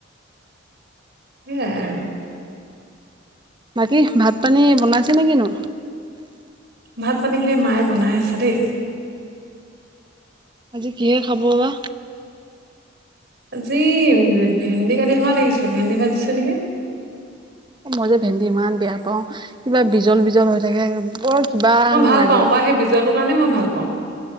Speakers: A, on the right; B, on the right.
A: সেয়াই আৰু।
B: বাকী, ভাত-পানী বনাইছে নে কিনো?
A: ভাত-পানী সেই মায়ে বনাই আছে দেই।
B: আজি কিহে খাব বা?
A: আজি ভেন্দি কাটি থকা দেখিছিলো। ভেন্দি ভাজিছে নেকি?
B: মই যে ভেন্দি ইমান বেয়া পাওঁ, কিবা বিজল বিজল হৈ থাকে বৰ কিবা
A: মই ভাল
B: লাগে
A: পাওঁ পায়, সেই বিজলটোৰ কাৰণেই মই ভাল পাওঁ।